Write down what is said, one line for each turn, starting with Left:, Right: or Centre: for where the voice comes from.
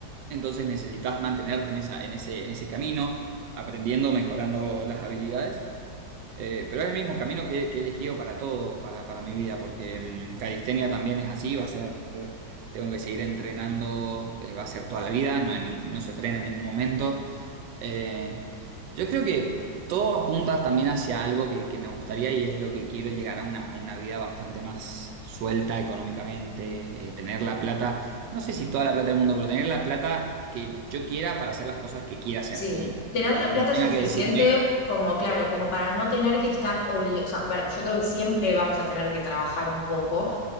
Right: entonces necesitas mantenerte en esa, en ese, en ese camino, aprendiendo, mejorando las habilidades. Eh, pero es el mismo camino que, que he elegido para todo, para, para mi vida, porque mm, calistenia también es así, va a ser tengo que seguir entrenando, eh, va a ser toda la vida, no, hay ni- no se frena en ningún momento. Eh, yo creo que todo apunta también hacia algo que, que me gustaría y es lo que quiero llegar a una, a una vida bastante más suelta económicamente, eh, tener la plata, no sé si toda la plata del mundo, pero tener la plata que yo quiera para hacer las cosas que quiera hacer,
Left: Sí,
Right: punto.
Left: tener la
Right: Que
Left: plata
Right: no tenga
Left: suficiente
Right: que decirme...
Left: como, claro, como para no tener que estar obligado, o sea, a ver, yo creo que siempre vamos a tener que trabajar un poco,